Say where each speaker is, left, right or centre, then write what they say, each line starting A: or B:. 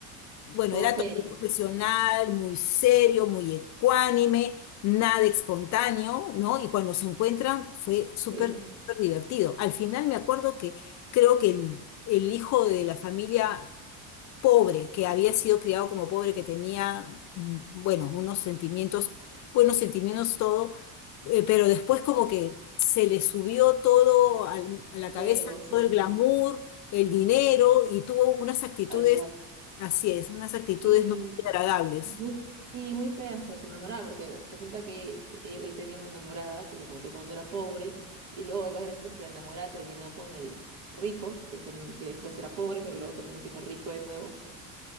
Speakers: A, on the left (about 45°); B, on the right (about 65°).
A: Bueno,
B: Todo
A: era
B: serio.
A: todo un profesional, muy serio, muy ecuánime, nada espontáneo, ¿no? Y cuando se encuentran fue súper,
B: sí.
A: súper divertido. Al final me acuerdo que creo que el, el hijo de la familia pobre, que había sido criado como pobre, que tenía, mm, bueno, unos sentimientos, buenos sentimientos todo, eh, pero después como que se le subió todo al- a la
B: El
A: cabeza,
B: ego, sí,
A: todo el glamour, el dinero y tuvo unas actitudes
B: tal cual.
A: Así es, unas actitudes
B: Sí,
A: no muy agradables.
B: Muy- sí, muy feas con su enamorada, porque resulta que te- él tenía una enamorada que lo conoció cuando era pobre, y luego lo más gracioso es que la enamorada terminó con el rico, que, termin- que después era pobre, pero luego terminó siendo rico de nuevo,